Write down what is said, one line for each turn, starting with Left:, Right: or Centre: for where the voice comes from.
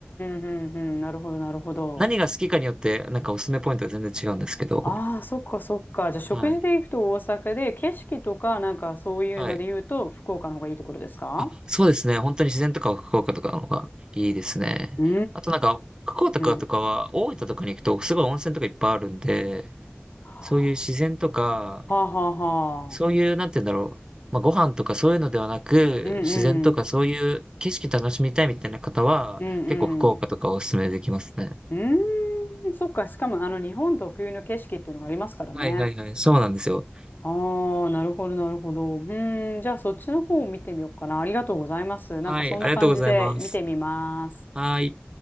Left: ん、うん、うん。なるほど、なるほど。
Right: 何が好きかによって、なんかおすすめポイントが全然違うんですけど、
Left: ああ、そっか、そっか。じゃあ、食事で行くと大阪で、
Right: はい。
Left: 景色とか、なんかそういうので言うと、
Right: はい。
Left: 福岡の方がいいところですか
Right: あ、そうですね。本当に自然とか福岡とかの方がいいですね。
Left: うー
Right: あとなんか、福岡とかとかは、
Left: ん。
Right: 大分とかに行くと、すごい温泉とかいっぱいあるんで、
Left: は
Right: そういう自然とか、
Left: あ、はあ、はあ。
Right: そういう、なんて言うんだろう。まあ、ご飯とかそういうのではなく、
Left: うんうん。
Right: 自然とかそういう景色楽しみたいみたいな方は、
Left: うんうん。
Right: 結構福岡とかおすすめできますね。
Left: うーん、そっか。しかも、あの、日本特有の景色っていうのがありますからね。
Right: はいはいはい。そうなんですよ。
Left: ああ、なるほど、なるほど。うーん、じゃあそっちの方を見てみようかな。ありがとうございます。
Right: はい。
Left: なんかそんな感じで見てみます。
Right: ありがとうございます。はい。